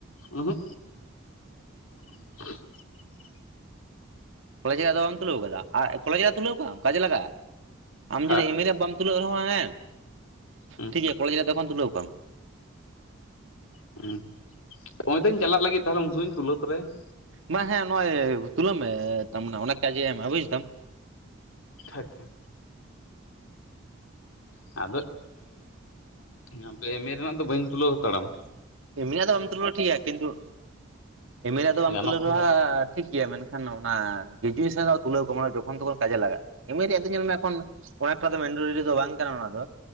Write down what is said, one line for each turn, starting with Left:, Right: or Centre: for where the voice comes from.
Left: ᱩᱸᱦᱩᱜ <inaudible>
Right: ᱠᱚᱞᱡᱽ ᱨᱮᱭᱟᱜ ᱫᱚ ᱵᱟᱢ ᱛᱩᱞᱟᱹᱣ ᱟᱠᱟᱫᱟ ᱟᱨ ᱠᱚᱞᱟᱡᱽ ᱨᱮᱭᱟᱜ ᱛᱩᱞᱟᱹᱣᱠᱟᱢ ᱠᱟᱡᱮ ᱞᱟᱜᱼᱟ ᱞᱟᱜᱟᱼᱟ
Left: ᱦᱮᱸ
Right: ᱡᱩᱫᱤ ᱮᱢ ᱨᱮ ᱵᱟᱢ ᱾ ᱛᱩᱞᱟᱹᱣ ᱨᱮᱦᱚᱸ ᱦᱮᱸ
Left: ᱦᱩᱸ
Right: ᱴᱷᱤᱠ ᱜᱮᱭᱟ ᱠᱚᱞᱮᱡᱽ ᱨᱮᱭᱟᱜ ᱫᱚᱠᱷᱚᱱ ᱛᱩᱞᱟᱹᱣ ᱟᱠᱟᱢ ᱾
Left: ᱦᱩᱸ ᱦᱚᱜᱼᱚᱭ ᱛᱚᱧ ᱪᱟᱞᱟᱜ ᱞᱟᱹᱜᱤᱫ ᱛᱟᱦᱞᱮ ᱩᱱᱥᱩᱚᱢ ᱤᱧ ᱛᱩᱞᱟᱹᱛᱚᱨᱟᱭᱟ ᱾
Right: ᱵᱟ ᱦᱮᱸ ᱱᱚᱜᱼᱚᱭ ᱛᱩᱞᱟᱹᱣ ᱢᱮ ᱛᱟᱢᱱᱮ ᱚᱱᱮᱠ ᱠᱟᱡᱮ ᱮᱢᱟ ᱵᱩᱡ ᱛᱟᱢ ᱾
Left: ᱟᱪᱪᱷᱟ ᱟᱫᱚ ᱟᱫᱚ ᱮᱢ ᱮ ᱨᱮᱱᱟᱜ ᱫᱚ ᱵᱟᱹᱧ ᱛᱩᱞᱟᱹᱣ ᱦᱟᱛᱟᱲᱟᱢ ᱾
Right: ᱮᱢ ᱮ ᱨᱮᱱᱟᱜ ᱫᱚ ᱵᱟᱢ ᱛᱩᱞᱟᱹᱣ ᱨᱮᱦᱚ ᱴᱷᱤᱠ ᱜᱮᱭᱟ ᱠᱤᱱᱛᱩ ᱮᱢ ᱮ ᱨᱮᱱᱟᱜ ᱫᱚ ᱵᱟᱢ
Left: ᱜᱟᱱᱚᱜ
Right: ᱛᱩᱞᱟᱹᱣ
Left: ᱠᱷᱟᱱ
Right: ᱨᱮᱦᱚ
Left: ᱫᱚ
Right: ᱴᱷᱤᱠ ᱜᱮᱭᱟ ᱢᱮᱱᱠᱷᱟᱱ ᱚᱱᱟ ᱜᱨᱮᱡᱩᱭᱮᱥᱚᱱ ᱨᱮᱭᱟᱜ ᱫᱚ ᱛᱩᱞᱟᱹᱣ ᱠᱟᱢ ᱡᱚᱠᱷᱚᱱ ᱛᱚᱠᱷᱚᱱ ᱠᱟᱡᱮ ᱞᱟᱜᱟᱜᱼᱟ ᱮᱢ ᱮ ᱨᱮᱭᱟᱜ ᱫᱚ ᱧᱮᱞ ᱢᱮ ᱮᱠᱷᱚᱱ ᱚᱱᱮᱠᱴᱟ ᱫᱚ ᱢᱮᱱᱰᱟᱴᱳᱨᱤ ᱫᱚ ᱵᱟᱝ ᱠᱟᱱᱟ ᱚᱱᱟ ᱫᱚ᱾